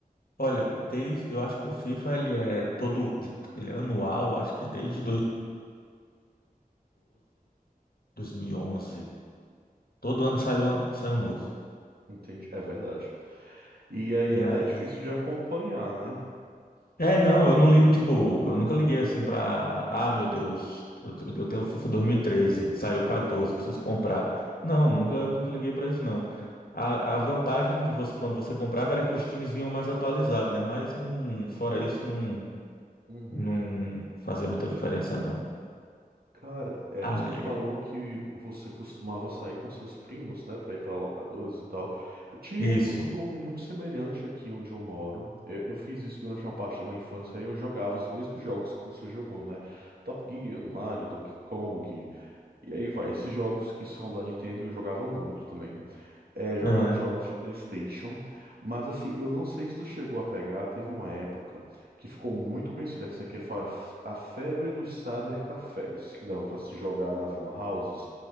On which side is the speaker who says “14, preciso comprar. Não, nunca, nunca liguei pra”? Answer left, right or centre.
Left